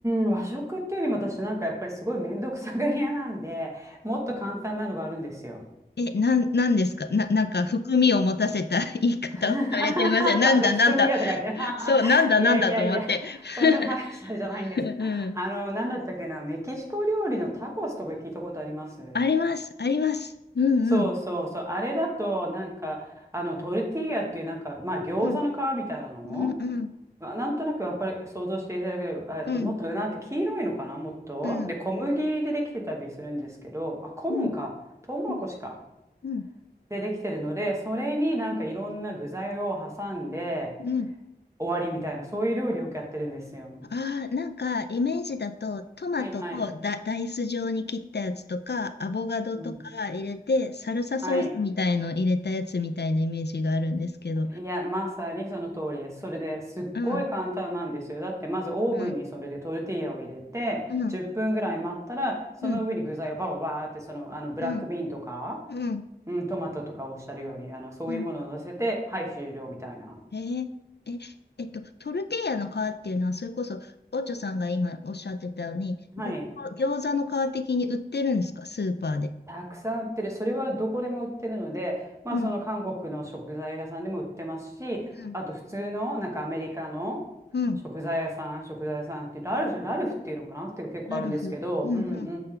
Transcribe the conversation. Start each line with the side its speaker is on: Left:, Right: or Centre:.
Right: ん、和食っていうよりも私なんかやっぱりすごい面倒くさがり屋なんで、もっと簡単なのがあるんですよ。
Left: え、なん、なんですかな、なんか含みを持たせた
Right: え
Left: <laughs> 言い方をされてません。
Right: <laughs> 私は含みやとか言ってな。
Left: なんだなんだ。そう、なんだなんだと思って。
Right: <laughs> いやいやいや、
Left: <laughs>
Right: そんな大したあれじゃないんですけど。
Left: うん。
Right: あの、なんだったっけな、メキシコ料理のタコスとか聞いたことあります
Left: あります、あります。うんうん。
Right: そうそうそう。あれだと、なんか、あの、トルティーヤっていう、なんか、まあ、餃子の皮みたいなの
Left: うん、うん、うん、
Right: あなんとなくわかる、想像していただける、えっと、
Left: うん、
Right: もっと、なんて、黄色いのかなもっと。
Left: うん、
Right: で、小麦でできてたりするんですけど、あ、コーンか。
Left: うん、
Right: トウモロコシか。
Left: うん、うん、
Right: でできてるので、それになんかいろんな具材を挟んで
Left: うん、
Right: 終わりみたいな、そういう料理をよくやってるんですよ。
Left: ああ、なんかイメージだとトマトをダ、
Right: はいはい。
Left: ダイス状に切ったやつとかアボカドとか入れてサルサソースみたいの入れたやつみたいなイメージがあるんですけど。
Right: うん。はい。いや、まさにその通りです。それですっごい簡単なんですよ。
Left: うん、
Right: だってまずオーブンにそれでトルティーヤを入れて10分ぐらい待ったらその上に具材をバババーってその、
Left: うん、うん、うん、
Right: あのブラックビーンとか、
Left: うん、うん。
Right: うん、トマトとかおっしゃるようにあのそういうものを乗せてはい終了みたいな。
Left: うんえーえ、えっと、トルティーヤの皮っていうのはそれこそオチョさんが今おっしゃってたようにご餃子の皮的に売ってるんですかスーパーで。
Right: はい。たくさん売ってる。それはどこでも売ってるので、まあその韓国の食材屋さんでも売ってますし、
Left: うん、うん、
Right: あと普通のなんかアメリカの
Left: うん。
Right: 食材屋さん、食材屋さんってラルフ、ラルフっていうのかなっていう結構あるんですけど、
Left: ラルフ。うん、
Right: うん
Left: うん。